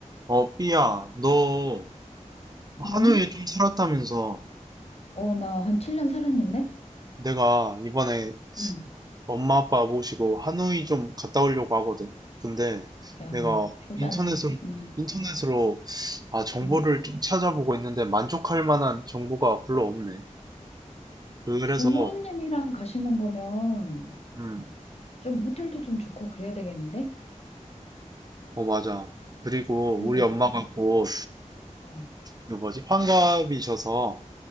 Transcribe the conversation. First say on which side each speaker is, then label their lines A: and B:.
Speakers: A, on the right (about 30°); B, on the left (about 55°).
A: 어, 삐야, 너 하노이에
B: 응?
A: 좀 살았다면서
B: 어, 나 한 7년 살았는데?
A: 내가 이번에
B: 응,
A: 엄마 아빠 모시고 하노이 좀 갔다 오려고 하거든. 근데
B: 야,
A: 내가
B: 효자네.
A: 인터넷으로,
B: 응,
A: 인터넷으로 아, 정보를
B: 응.
A: 좀 찾아보고 있는데 만족할 만한 정보가 별로 없네. 그래서,
B: 부모님이랑 가시는 거면
A: 음,
B: 좀 호텔도 좀 좋고 그래야 되겠는데?
A: 어, 맞아. 그리고
B: 그리고,
A: 우리 엄마가 곧
B: 어,
A: 그 뭐지, 환갑이셔서